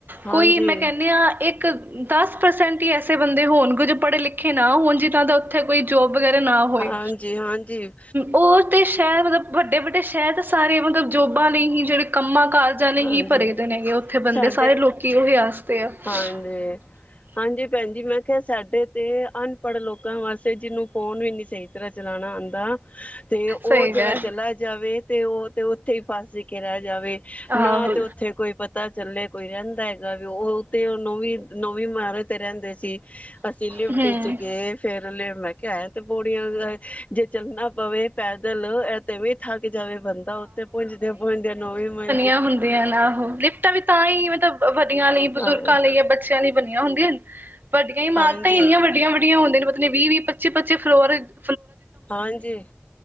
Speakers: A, on the left; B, on the right.
A: ਹਾਂਜੀ
B: ਕੋਈ ਮੈਂ ਕਹਿੰਣੀ ਆਂ ਇੱਕ ਦਸ ਪ੍ਰਸੈਂਟ ਹੀ ਐਸੇ ਬੰਦੇ ਹੋਣ ਕੁਝ ਪੜ੍ਹੇ-ਲਿਖੇ ਨਾ ਹੋਣ ਜਿਹਨਾਂ ਦਾ ਉੱਥੇ ਕੋਈ ਜੋਬ ਵਗੈਰਾ ਨਾ ਹੋਏ
A: ਹਾਂਜੀ ਹਾਂਜੀ।
B: ਉਹ ਤੇ ਸ਼ਾਇਦ ਮਤਲਬ ਵੱਡਾ ਵੱਡੇ-ਵੱਡੇ ਸ਼ਹਿਰ ਸਾਰੇ ਮਤਲਬ ਜੋਬਾਂ ਲਈ ਹੀ ਜਿਹੜੇ ਕੰਮਾਂ ਕਾਰਜਾਂ ਲਈ
A: ਹਾਂਜੀ
B: ਹੀ ਭਰੇ ਦੇ ਨੇ ਹੈਗੇ ਉੱਥੇ ਬੰਦੇ
A: ਸਾਡੇ
B: ਸਾਰੇ ਲੋਕੀ ਉਹੀ ਵਸਤੇ ਆ <unintelligible>
A: ਹਾਂਜੀ ਹਾਂਜੀ ਭੈਣ ਜੀ, ਮੈਂ ਕਿਹਾ ਸਾਡੇ ਤੇ ਅਨਪੜ੍ਹ ਲੋਕਾਂ ਵਾਸਤੇ ਜਿਹਨੂੰ ਫੋਨ ਵੀ ਨੀਂ ਸਹੀ ਤਰ੍ਹਾਂ ਚਲਾਣਾ ਆਂ ਦਾ ਤੇ ਉਹ
B: ਸਹੀ
A: ਜਿੜਾ
B: ਗੱਲ
A: ਚਲਾ ਜਾਵੇ ਤੇ ਉਹ ਤੇ ਉੱਥੇ ਹੀ ਫਸ ਕੇ ਰਹਿ ਜਾਵੇ। ਨਾ
B: ਆਹੋ
A: ਤੇ ਉੱਥੇ ਕੋਈ ਪਤਾ ਚੱਲੇ ਕੋਈ ਰਹਿੰਦਾ ਹੈਗਾ ਵੀ ਉਹ ਉ ਤੇ ਨੌਵੀਂ, ਨੋਵੀਂ ਇਮਾਰਤ ਤੇ ਰਹਿੰਦੇ ਸੀ। ਅਸੀਂ ਲਿਫਟੀ
B: ਹਮ
A: ਇੱਚ ਗਏ ਫਿਰ ਲ ਮੈਂ ਕ ਤੇ ਬੋੜੀਆਂ ਜੇ ਚੱਲਣਾ ਪਵੇ ਪੈਦਲ ਇਹ ਤਵੇਂ ਥੱਕ ਜਾਵੇ ਬੰਦਾ ਉੱਥੇ ਭੁੰਜਦਿਆਂ ਭੁੰਜਦਿਆਂ ਨੋਵੀਂ ਮਂ
B: ਆਂ ਹੁੰਦੀਆਂ ਨਾਂ ਉਹ ਲਿਫਟਾਂ ਵੀ ਤਾਂ ਈਂ ਮਤਲਬ ਵਡੀਆਂ ਲਈ, ਬਜ਼ੁਰਗਾਂ
A: ਹਾਂ
B: ਲਈ ਜਾਂ ਬੱਚਿਆਂ ਲਈ ਬਣੀ ਹੁੰਦੀ ਨੇ ਵੱਡੀਆਂ ਇਮਾਰਤਾਂ
A: ਹਾਂਜੀ
B: ਇੰਨੀਆਂ ਵੱਡੀਆਂ-ਵੱਡੀਆਂ ਹੁੰਦੀਆਂ ਨੇ ਪਤਲਬ ਵੀਹ-ਵੀਹ ਪੱਚੀ ਪੱਚੀ ਫਲੋਰ ਚ
A: ਹਾਂਜੀ,